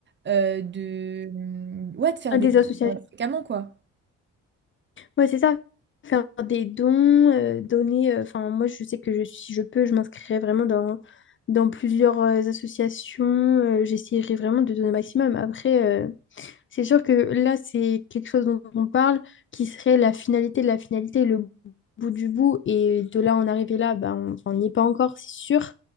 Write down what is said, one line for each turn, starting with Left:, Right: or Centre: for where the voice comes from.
Right: euh, de, mm, ouais, de faire
Left: à des
Right: des cours
Left: associations.
Right: euh, fréquemment, quoi.
Left: Ouais, c'est ça. Faire des dons, euh, donner. euh, Enfin, moi, je sais que je- si je peux, je m'inscrirai vraiment dans, dans plusieurs euh, associations. euh, j'essaierai vraiment de donner au maximum. Après. euh, C'est sûr que là, c'est quelque chose dont on parle qui serait la finalité de la finalité, le bout du bout. Et de là en arriver là, bah, on enfin, on n'y est pas encore, c'est sûr.